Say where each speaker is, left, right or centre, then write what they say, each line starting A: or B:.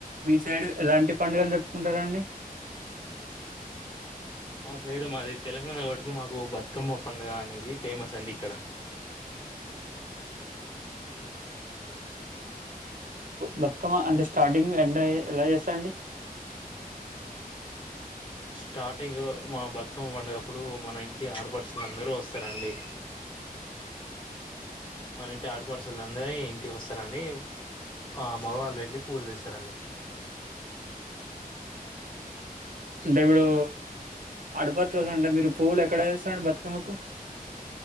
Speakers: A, on the right; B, on the left.
A: మీ side ఎలాంటి పండుగలు జరుపుకుంటారండి
B: మా సైడు మాది తెలంగాణ ఒకటికి మాకు బతుకమ్మ పండుగ అనేది ఫేమస్ అండి ఇక్కడ
A: బతుకమ్మ అంటే స్టార్టింగ్ ఎండ్ అయ ఎలా చేస్తారండి
B: స్టార్టింగ్ మా బతుకమ్మ పండుగప్పుడు మన ఇంటి ఆడపడుచులు అందరూ వస్తారండి మన ఇంటి ఆడపడుచలంట ఇంటికి వస్తారండి ఆ మగవాళ్ళు వెళ్ళి పువ్వులు తెస్తారండి
A: అంటే ఇప్పుడు ఆడపడుచులు అంటే మీరు పువ్వులు ఎక్కడ తెస్తారండి బతుకమ్మకు